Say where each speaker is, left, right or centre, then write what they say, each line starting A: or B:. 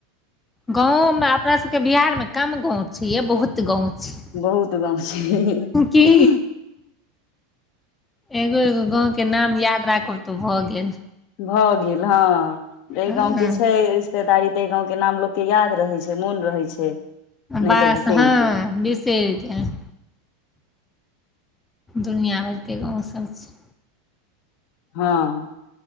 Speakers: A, on the left; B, on the left.
A: गाँंव मे अपना सबके बिहार मे कम गाँंव छै ये बहुत गाँंव छै
B: बहुत गाम छै
A: की एगो एगो गाँवके नाम याद राखब तऽ भऽ गेल
B: भऽ गेल हँ एहि
A: हँ
B: गाँवके छै रिश्तेदारी तै गाँव के नाम लोक के याद रहै छै मोन रहै छै नहि
A: बस
B: तऽ बिसरि
A: हँ
B: गेल
A: बीसैर जाएब दुनिया भरिक गांवसभ छै
B: हँ